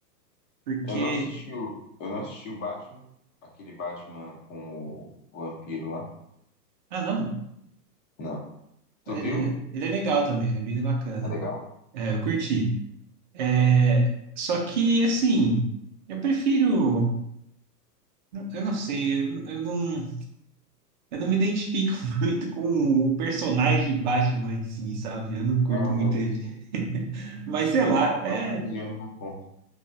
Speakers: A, on the right; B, on the left.
A: Porque.
B: Eu não assisti o, eu não assisti o Batman, aquele Batman com o vampiro lá.
A: Ah, não.
B: Não. Tu
A: É,
B: viu?
A: Ele, ele é legal também, ele é bem bacana.
B: É legal?
A: É, eu curti. É, só que, assim, eu prefiro. Eu não sei, eu, eu não, eu não me identifico <laughs> muito com o personagem de Batman em si, sabe? Eu não curto
B: Aham,
A: muito ele.
B: sim.
A: <laughs> Mas sei
B: Te
A: lá,
B: falta
A: é,
B: alguns milhões na conta.